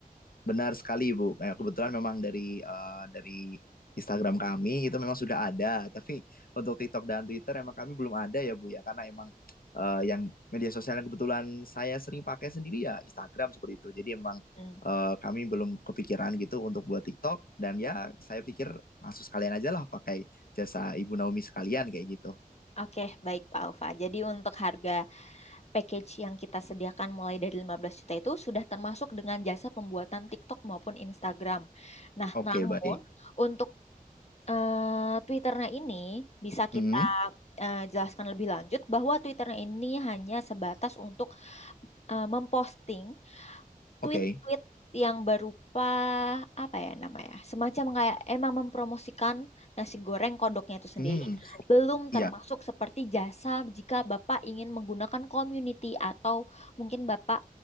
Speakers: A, on the left; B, on the left.
A: Benar sekali ibu. Kayak kebetulan memang dari eh, dari Instagram kami itu memang sudah ada, tapi untuk TikTok dan Twitter emang kami belum ada ya Bu ya, karena emang eh, yang media sosial yang kebetulan saya sering pakai sendiri ya Instagram seperti itu. Jadi emang
B: Hmm.
A: eh, kami belum kepikiran gitu untuk buat TikTok dan ya saya pikir langsung sekalian aja lah pakai jasa Ibu Naomi sekalian kayak gitu.
B: Oke, baik Pak Ufa. Jadi untuk harga package yang kita sediakan mulai dari 15 juta itu sudah termasuk dengan jasa pembuatan TikTok maupun Instagram. Nah,
A: Oke
B: namun
A: baik.
B: untuk eh Twitternya ini bisa
A: Hmm,
B: kita eh, jelaskan lebih lanjut bahwa Twitternya ini hanya sebatas untuk eh, memposting
A: oke.
B: tweet-tweet yang berupa apa ya namanya, semacam kayak emang mempromosikan nasi goreng kodoknya itu sendiri,
A: Hmm,
B: belum termasuk
A: iya.
B: seperti jasa jika Bapak ingin menggunakan community atau mungkin Bapak